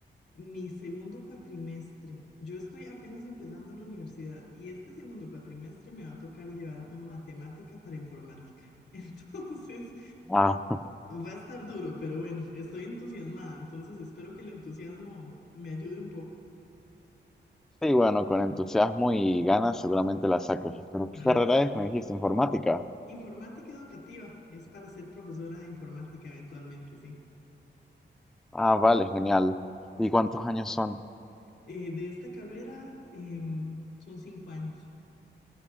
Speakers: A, on the left; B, in the centre.
A: mi segundo cuatrimestre. Yo estoy apenas empezando la universidad y este segundo cuatrimestre me va a tocar llevar matemática para informática. <laughs> Entonces...
B: Ah.
A: Va a estar duro, pero bueno, estoy entusiasmada, entonces espero que el entusiasmo me ayude un poco.
B: Sí, bueno, con entusiasmo y ganas seguramente la saques. ¿Pero qué
A: Ay,
B: carrera
A: sí.
B: es? Me dijiste informática.
A: Informática educativa es para ser profesora de informática eventualmente, sí.
B: Ah, vale, genial. ¿Y cuántos años son?
A: Eh, de esta carrera em, son cinco años.